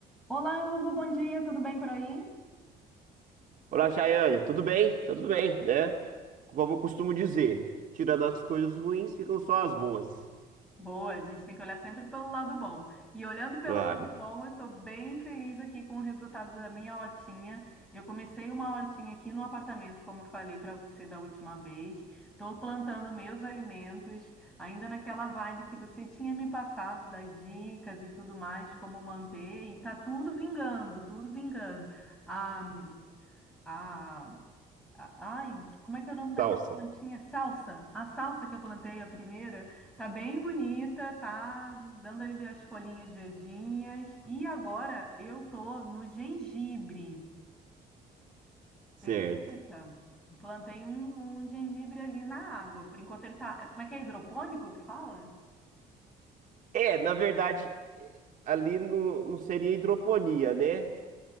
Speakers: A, in the centre; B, on the right.
A: Olá, Hugo, bom dia, tudo bem por aí?
B: Olá, Chayane, tudo bem? Tá tudo bem, né? Como eu costumo dizer, tirando as coisas ruins, ficam só as boas.
A: Boa, a gente tem que olhar sempre pelo lado bom. E olhando pelo
B: Claro,
A: lado bom, eu estou bem feliz aqui com o resultado da minha hortinha. Eu comecei uma hortinha aqui no apartamento, como eu falei para você da última vez. Estou plantando meus alimentos, ainda naquela vibe que você tinha me passado das dicas e tudo mais, como manter. E tá tudo vingando, tudo vingando. A, a a- Ai, como é que é o nome daquela
B: salsa.
A: plantinha? Salsa. A salsa que eu plantei, a primeira, tá bem bonita, tá dando ali as folhinhas verdinhas. E agora eu tô no gengibre.
B: Certo.
A: Você acredita? Plantei um, um gengibre ali na água. Por enquanto ele tá. Como é que é hidropônico que fala?
B: É, na verdade, ali não, não seria hidroponia, né?